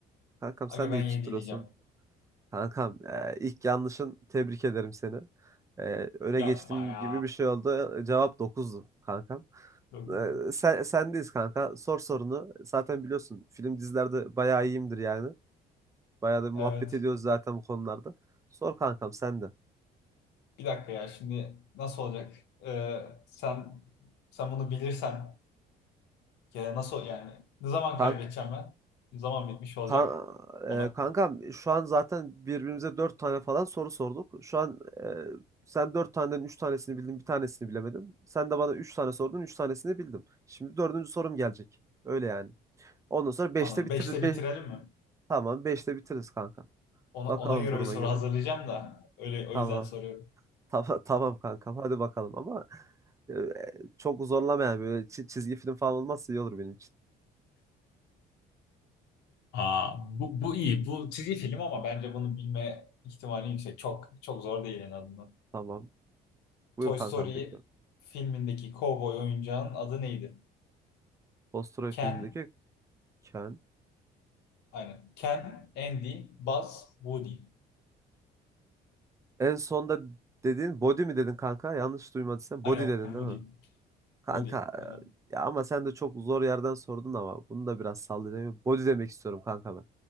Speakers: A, on the right; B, on the left.
A: Kankam sen
B: Aga
A: de
B: ben
A: iyi
B: 7
A: tutturuyorsun.
B: diyeceğim.
A: Kankam e, ilk yanlışın tebrik ederim seni. E, öne
B: Yapma
A: geçtiğim
B: ya.
A: gibi bir şey oldu. Cevap 9'du kankam.
B: Dokuz.
A: E, sen, sendeyiz kanka. Sor sorunu. Zaten biliyorsun film dizilerde bayağı iyiyimdir yani. Bayağı da bir
B: Evet.
A: muhabbet ediyoruz zaten bu konularda. Sor kankam sen de.
B: Bir dakika ya şimdi nasıl olacak? Ee, sen sen bunu bilirsen ya nasıl yani? Ne zaman
A: Kan,
B: kaybedeceğim ben? Ne zaman bitmiş olacak?
A: kan,
B: Ona
A: e, kankam şu an zaten birbirimize dört tane falan soru sorduk. Şu an e, sen dört taneden üç tanesini bildin, bir tanesini bilemedin. Sen de bana üç tane sordun, üç tanesini bildim. Şimdi dördüncü sorum gelecek. Öyle yani. Ondan sonra beşte
B: anladım.
A: bitiririz.
B: beşte bitirelim
A: Be
B: mi?
A: tamam beşte bitiririz kanka.
B: Ona,
A: Bakalım
B: ona göre
A: duruma
B: bir soru
A: göre.
B: hazırlayacağım da öyle o
A: Tamam.
B: yüzden soruyorum.
A: Tamam, <laughs> tamam kankam hadi bakalım ama e, çok zorlamayan böyle çi- çizgi film falan olmazsa iyi olur benim için.
B: Aa, bu, bu iyi. Bu çizgi film ama bence bunu bilme ihtimali yüksek. Çok çok zor değil en azından.
A: Tamam. Buyur
B: Toy
A: kankam
B: Story
A: bekliyorum.
B: filmindeki kovboy oyuncağın adı neydi?
A: Post Troy
B: Ken,
A: filmindeki Ken.
B: aynen. Ken, Andy, Buzz, Woody.
A: En sonda dediğin body mi dedin kanka? Yanlış duymadıysam
B: Aynen
A: body dedin değil
B: Woody.
A: mi? Kanka
B: Woody, aynen.
A: ya ama sen de çok zor yerden sordun ama bunu da biraz sallayayım. Body demek istiyorum kanka ben.